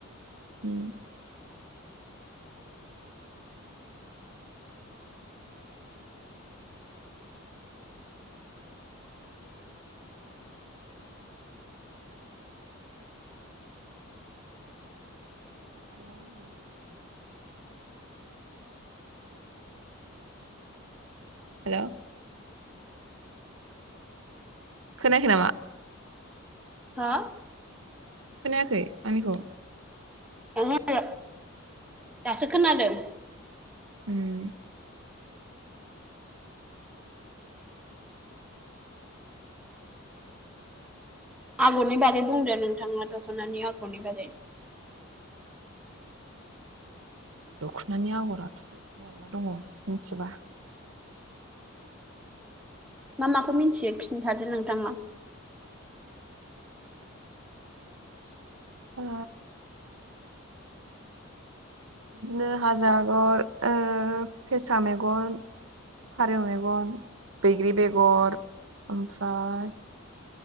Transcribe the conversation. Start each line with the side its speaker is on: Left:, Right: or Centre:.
Right: <inaudible> <inaudible> हेलौ खोनायाखै नामा
Centre: हा
Right: खोनायाखै आंनिखौ
Centre: ओंहो दासो खोनादों
Right: उम
Centre: आगरनि बारै बुंदो नोंथाङा दख'नानि आगरनि बारै
Right: दख'नि आगराथ' मेरला दङ मिथिबा
Centre: मा माखौ मिन्थियो खिन्थादो नोंथाङा।
Right: ओ बिदिनो हाजो आगर ओ फेसा मेगन फारौ मेगन बैग्रि बेगर ओमफ्राय